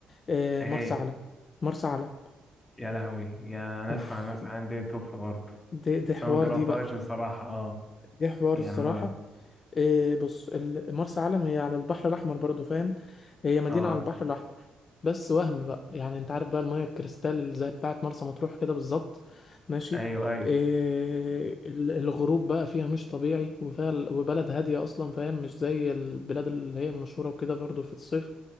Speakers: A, on the left; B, on the left.
A: آه،
B: هي
A: مرسى علم مرسى علم
B: يا لهوي يا أنا
A: اوف
B: أسمع الناس عندي توف برضه
A: دي دي
B: بس
A: حوار
B: أنا مجربتهاش
A: دي بقى
B: بصراحة اه
A: دي حوار
B: يعني
A: الصراحه
B: أنا
A: إيه بص ال- مرسى علم هي على البحر الأحمر برضو فاهم هي مدينة
B: اه
A: على البحر الأحمر بس وهم بقى يعني انت عارف بقى المية الكريستال زي بتاعة مرسى مطروح كده بالظبط ماشي
B: أيوه أيوه
A: إيه ال- الغروب بقى فيها مش طبيعي وفيها ال- وبلد هادية أصلا فاهم مش زي البلاد اللي هي المشهورة وكده برضو في الصيف